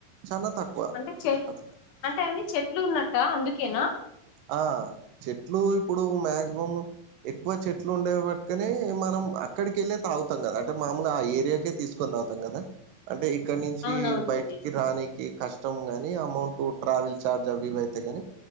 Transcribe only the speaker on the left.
అంటే చె
అంటే అన్నీ చెట్లు ఉన్నట్టా అందుకేనా
అవునవునండి